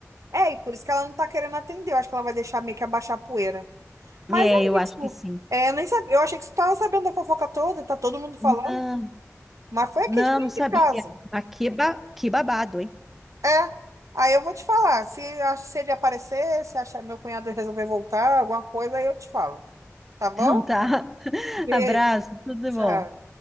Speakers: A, on the right; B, in the centre.
A: É, e por isso que ela não tá querendo atender. Eu acho que ela vai deixar meio que abaixar a poeira. Mas
B: É,
A: é
B: eu acho
A: isso.
B: que sim.
A: É, eu nem sabia. Eu achei que você estava sabendo da fofoca toda, tá todo mundo falando,
B: Não,
A: mas foi aqui
B: não,
A: de frente
B: não sabia.
A: de casa.
B: Mas que, ba- que babado, hein?
A: É. Aí eu vou te falar. Se, ach- se ele aparecer, se achar meu cunhado resolver voltar, alguma coisa, aí eu te falo. Tá bom?
B: Então tá. <laughs>
A: Beijo.
B: Abraço, tudo de
A: Tchau.
B: bom.